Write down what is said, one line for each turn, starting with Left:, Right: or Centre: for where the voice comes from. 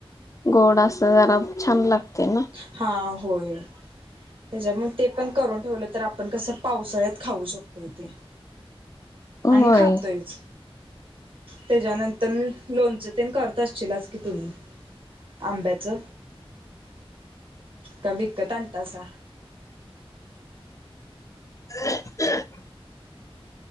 Left: गो जरा छान लागतय ना?
Right: हा होय. त्याच्यामुळे ते पण करून ठेवलं तर आपण कसं पावसाळ्यात खाऊ शकतोय तेे
Left: होय
Right: आणि खातोयच. त्याच्यानंतर लोनच तेन करत असशीलाच की तुम्ही अंब्याचं का विकत आणतासा?
Left: <inaudible>